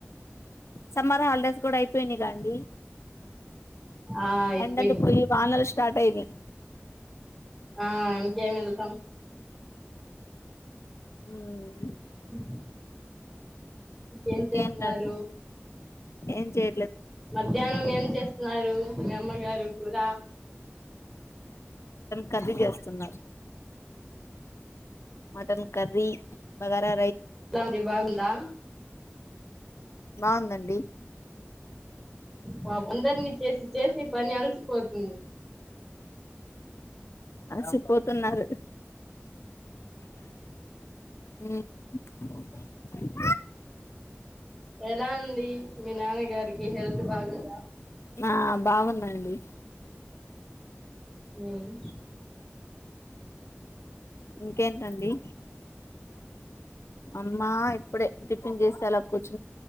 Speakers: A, on the left (about 75°); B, in the centre.
A: సమ్మర్ హాలిడేస్ కూడా అయిపోయినాయిగాండి
B: ఆ అయిపోయింది
A: ఎండలు పోయి వానలు స్టార్ స్టార్ట్ అయినయ్
B: ఆ ఇంకేం ఎల్థం
A: ఉమ్
B: హూ ఇంకేం
A: ఇంకేంటండి
B: చేస్తున్నారు
A: ఏం చేయ
B: మధ్యాహ్నం ఏం చేస్తా న్నారు మీ అమ్మగారు కూర
A: కరీ చేస్తున్నారు మటన్ కర్రీ బాగరా
B: ఎలా ఉంది బాగుందా
A: బాగుందండి
B: పాపం అందరిని చేసి చేసి పని అలసిపోతుంది
A: అల్సిపోతున్నారు ఉమ్
B: ఎలా ఉంది మీ నాన్నగారికి హెల్త్ బాగుందా
A: ఆ బాగుందండి
B: ఉమ్
A: ఇంకేంటండి అమ్మా ఇప్పుడే టిఫిన్ చేసి అలా కూర్చు